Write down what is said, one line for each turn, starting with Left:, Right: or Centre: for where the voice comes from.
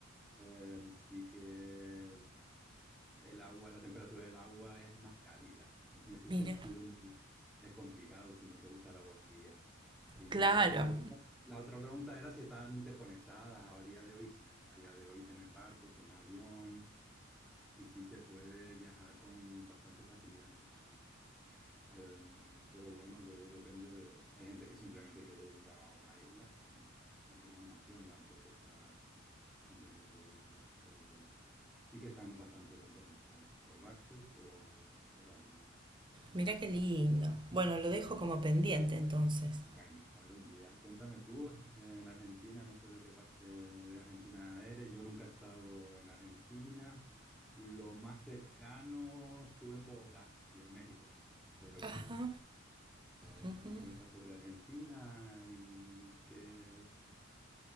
Centre: em, sí que el agua, la temperatura del agua es más cálida. En ese
Right: Mira,
Centre: sentido <laughs> n- es complicado si no te gusta el agua fría. Y
Right: claro.
Centre: la otra pregunta, la otra pregunta era si están interconectadas. A día de hoy sí, a día de hoy tienes barcos, tienes avión y sí se puede viajar con bastante facilidad entre las islas. Eh, pero bueno, luego depende de... Hay gente que simplemente quiere ir a una isla y también es una opción, no hay por qué estar cambiando de islas, pero sí que están bastante bien conectadas por barco y por, por avión.
Right: Mirá qué lindo. Bueno, lo dejo como pendiente entonces.
Centre: Bueno, algún día. Cuéntame tú, en Argentina, no sé de qué parte de Argentina eres, yo nunca he estado en Argentina. Lo más cercano estuve en Bogotá y en México, pero
Right: Ajá.
Centre: Eh,
Right: Ujú.
Centre: si me cuentas sobre Argentina y qué,